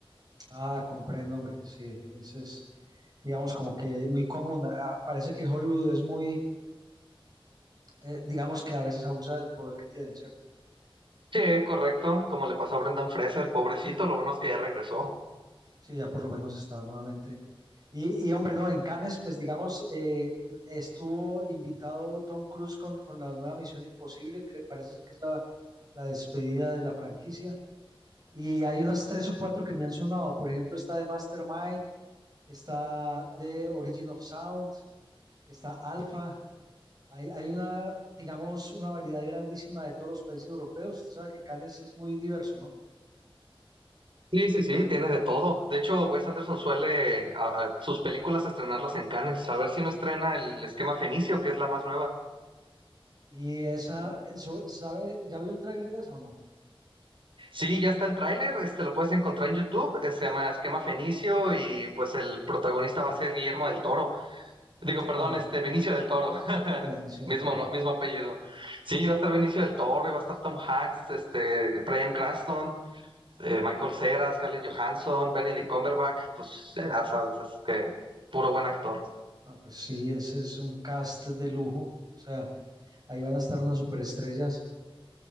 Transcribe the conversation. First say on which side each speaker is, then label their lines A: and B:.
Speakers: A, on the right; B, on the right.
A: Ah, comprendo, hombre. Sí, ese es, digamos, como que muy común. Ah, parece que Hollywood es muy eh, digamos que a veces abusa del poder que tienen, ¿cierto?
B: Sí, correcto, como le pasó a Brendan Fraser, pobrecito, lo bueno es que ya regresó.
A: Sí, ya por lo menos está nuevamente. Y, y, hombre, no, en Cannes, pues digamos, eh, estuvo invitado Tom Cruise con, con la nueva Misión Imposible, que parece ser que es la, la despedida de la franquicia. Y hay unas tres o cuatro que me han sonado. Por ejemplo, está de Mastermind, está de Origin of Sound, está Alpha. Hay, hay una, digamos, una variedad grandísima de todos los países europeos. Usted sabe que Cannes es muy diverso, ¿no?
B: Sí, sí, sí, tiene de todo. De hecho, Wes Anderson suele a- a sus películas estrenarlas en Cannes. A ver si no estrena el Esquema Fenicio, que es la más nueva.
A: Y esa, eso- ¿sabe? ¿Ya vio el tráiler de esa o no?
B: Sí, ya está el tráiler, este lo puedes encontrar en YouTube, eh, se llama Esquema Fenicio y pues el protagonista va a ser Guillermo del Toro. Digo,
A: Ah,
B: perdón, este Benicio del Toro. <laughs>
A: a Benicio
B: Mismo,
A: del Toro.
B: no, mismo apellido. Sí, va a estar Benicio del Toro, y va a estar Tom Hanks, este Bryan Cranston, eh, Michael Cera, Scarlett Johansson, Benedict Cumberbatch, pues ya sabes, es que puro buen actor.
A: Ah, pues sí, ese es un cast de lujo. O sea, ahí van a estar unas superestrellas.